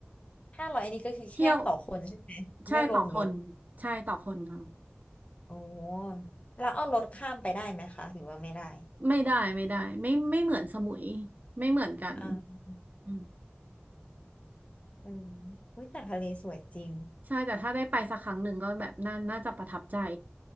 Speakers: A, on the left; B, on the right.
A: ห้าร้อยอันนี้ก็คือแค่ต่อคนใช่ไหมไม่รวมรถ
B: เที่ยวใช่ต่อคนใช่ต่อคนค่ะ
A: โอ้แล้วเอารถข้ามไปได้ไหมคะหรือว่าไม่ได้
B: ไม่ได้ไม่ได้ไม่ไม่เหมือนสมุยไม่เหมือนกัน
A: อ่า
B: อืม
A: อืมอุ้ยแต่ทะเลสวยจริง
B: ใช่แต่ถ้าได้ไปสักครั้งหนึ่งก็แบบน่าน่าจะประทับใจ